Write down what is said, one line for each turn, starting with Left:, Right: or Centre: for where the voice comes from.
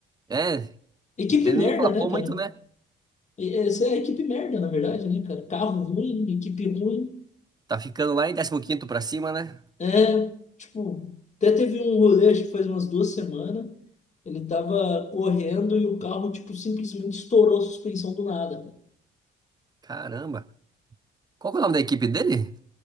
Right: é,
Left: Equipe
Right: ele
Left: merda,
Right: não emplacou
Left: né, cara?
Right: muito, né?
Left: E Essa é a equipe merda, na verdade, né, cara? Carro ruim, equipe ruim.
Right: Tá ficando lá em décimo quinto pra cima, né?
Left: É, tipo, até teve um rolê, acho que faz umas duas semanas. Ele tava correndo e o carro, tipo, simplesmente estourou a suspensão do nada, cara.
Right: Caramba. Qual que é o nome da equipe dele?